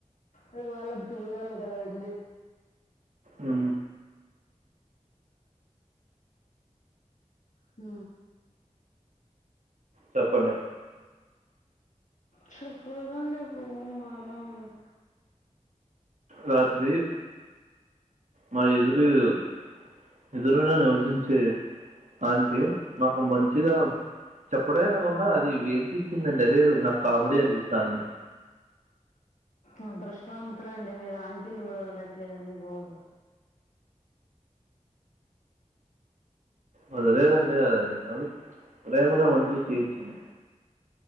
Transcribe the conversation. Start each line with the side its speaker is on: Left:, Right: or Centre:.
Left: అది వాళ్ళకి తెలియాలి కదా అండి
Right: ఉ
Left: హు
Right: చెప్పండి
Left: చెప్పరండి పోవ మాగా ఉ <unintelligible>
Right: రాత్రి మా ఎదురు ఇళ్ళు ఎదురున నివసించే ఆంటీ మాకు మంచిగా చెప్పడే కాకుండా అది వేంచి ఇచ్చిందండి అదే నాకు కామెడీ అనిపిస్తంది
Left: అదృష్టం వంతులండి మీరు ఆంటీలను కూడ వదలట్లేదండి బాబు
Right: వదలేదంట కదండి అవి ప్రేమగా మంచిగా చేయిచ్చింది